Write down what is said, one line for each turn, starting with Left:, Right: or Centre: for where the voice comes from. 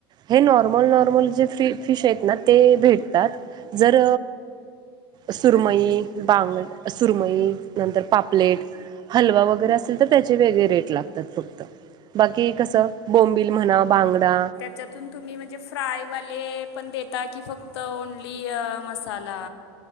Right: हे नॉर्मल नॉर्मल जे फी फिश आहेत ना ते भेटतात जर सुरमई बांगड सुरमई नंतर पापलेट. हलवा वगैरे असेल तर त्याचे वेगळे रेट लागतात फक्त. बाकी कसं बोंबिल म्हणा बांगडा,
Left: त्यातून तुम्ही म्हणजे फ्रायवाले पण देता की फक्त ओनली मसाला.